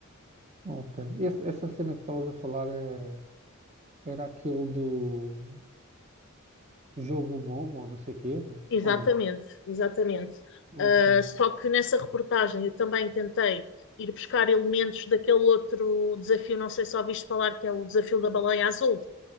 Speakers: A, on the right; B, on the left.
A: Ok. Esse- essa cena que estavas a falar é- era aquele do jogo Momo, ou não sei o quê, não é?
B: Exatamente,
A: Ou não?
B: exatamente.
A: Ok.
B: Uh, só que nessa reportagem eu também tentei ir buscar elementos daquele outro desafio, não sei se ouviste falar, que é o desafio da baleia azul.